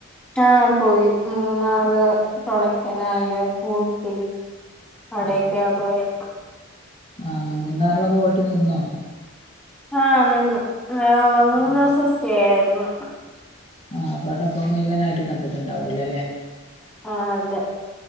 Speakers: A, in the centre; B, on the left.
A: ആഹ് പോയി മൂന്നാറ് കൊടൈക്കനാല് ഊട്ടി അടയൊക്കെയാ
B: ആഹ്
A: പോയെ
B: ആഹ് മൂന്നാറിലൊക്കെ പോയിട്ട് നിന്നോ
A: ആ നിന്നു മൂന്ന്
B: ആഹ്
A: ദിവസം സ്റ്റേ ആയിരുന്നു.
B: ആഹ് അപ്പം അവിടെ ഫുൾ മുഴുവനായിട്ട് കണ്ടിട്ടുണ്ടാവൂലോ അല്ലേ
A: ആഹ് അതെ